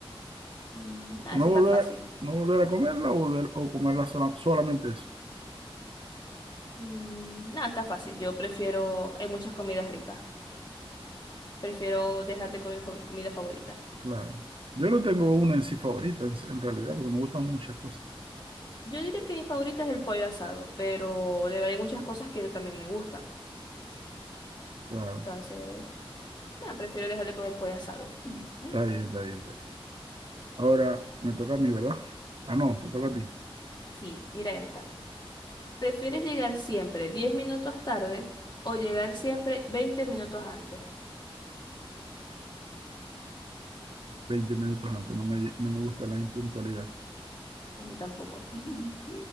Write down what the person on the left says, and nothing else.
Mm, ah,
esa
está fácil.
Mm, Nada, está fácil. Yo prefiero, hay muchas comidas ricas. Prefiero dejar de comer fa- comida favorita.
Yo diría que mi favorita es el pollo asado, pero de verdad hay muchas cosas que también me gustan.
Entonces, nada, prefiero dejar de comer pollo asado. <laughs>
Sí, mira esta. ¿Prefieres llegar siempre 10 minutos tarde o llegar siempre 20 minutos antes?
A mí tampoco. <laughs>